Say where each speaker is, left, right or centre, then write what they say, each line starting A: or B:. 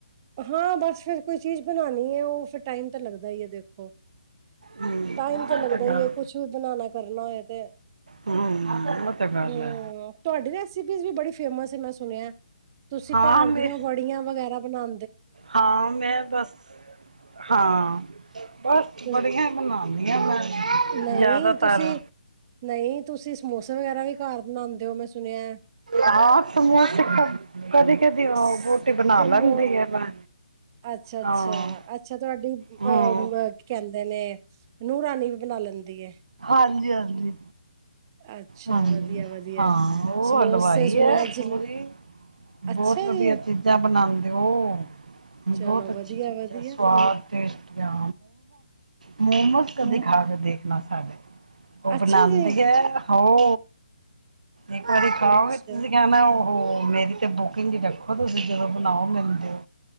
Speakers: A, on the right; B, on the right.
A: ਹਾਂ ਬਸ ਫੇਰ ਕੋਈ ਚੀਜ਼ ਬਣਾਉਣੀ ਹੈ ਉਹ ਫਿਰ ਟਾਈਮ ਤੇ ਲੱਗ ਦਾ ਹੀ ਦੇਖੋ
B: ਹੂੰ
A: ਟਾਈਮ
B: ਉਹ
A: ਤਾਂ ਲੱਗਦਾ
B: ਗੱਲ
A: ਹੀ ਹੈ ਕੁਛ ਵੀ ਬਣਾ ਲਿਆ ਕਰ ਨਾ ਤੇ
B: ਹੂੰ ਉਹ ਤੇ ਗੱਲ
A: ਹਮ
B: ਐ
A: <unintelligible> ਵੀ ਬੜੀ ਫੇਮਸ ਹੈ ਮੈਂ ਸੁਣਿਆ ਤੁਸੀਂ
B: ਹਾਂ
A: ਘਰ
B: ਮੈਂ
A: ਦੀਆਂ ਵੜੀਆਂ ਵਗੈਰਾ ਬਣਾਓ
B: ਹਾਂ ਮੈਂ ਬਸ ਹਾਂ ਬਸ
A: ਤੁਸ-
B: ਬੜੀਆਂ ਬਣਾਨੀ ਆ ਮੈਂ
A: ਨਹੀਂ
B: ਜ਼ਿਆਦਾਤਰ
A: ਤੁਸੀਂ ਨਹੀਂ ਤੁਸੀਂ ਸਮੋਸੇ ਵਗੈਰਾ ਵੀ ਘਰ ਬਣਾਉਂਦੇ ਹੋ ਮੈਂ ਸੁਣਿਆ
B: ਹਾਂ ਸਮੋਸੇ <unintelligible> ਬਣਾ
A: ਸਮੋ
B: ਲੈਂਦੀ ਆ ਮੈਂ
A: ਅੱਛਾ ਅੱਛਾ
B: ਹਾਂ
A: ਅੱਛਾ ਤੁਹਾਡੀ ਅਹ
B: ਹੂੰ
A: ਕੀ ਕਹਿੰਦੇ ਨੇ ਨੂਹ ਰਾਣੀ ਵੀ ਬਣਾ ਲੈਂਦੀ ਹੈ
B: ਹਾਂਜੀ ਹਾਂਜੀ
A: ਅੱਛਾ
B: ਹਾਂ
A: ਵਧੀਆ ਵਧੀਆ
B: ਹਾਂ ਉਹ
A: ਸਮੋਸੇ
B: ਹਲਵਾਈ
A: ਸੁਣਿਆ
B: ਹੈ
A: ਜ
B: ਪੂਰੀ ਬਹੁਤ
A: ਅੱਛਾ
B: ਵਧੀਆ
A: ਜੀ
B: ਚੀਜ਼ਾਂ ਬਣਾ ਦੋ ਬਹੁਤ
A: ਚਲੋ ਵਧੀਆ
B: ਅੱਛੀ ਚੀਜ਼ਾਂ
A: ਵਧੀਆ
B: ਸਵਾਦ ਟੇਸਟੀਆਂ ਮੋਮੋਸ ਕਦੇ
A: ਮ
B: ਖਾ ਕੇ ਦੇਖਣਾ ਸਾਡੇ ਉਹ ਬਣਾਦੀ
A: ਅੱਛਾ ਜੀ
B: ਐ ਹੌ ਇੱਕ ਵਾਰੀ ਖਾਓਗੇ
A: ਅੱਛਾ
B: ਤੁਸੀਂ ਕਹਿਣਾ ਓ ਹੋ ਮੇਰੀ ਤੇ ਬੁਕਿੰਗ ਹੀ ਰੱਖੋ ਤੁਸੀਂ ਜਦੋਂ ਬਣਾਓ ਮਿਲਦੇ ੳ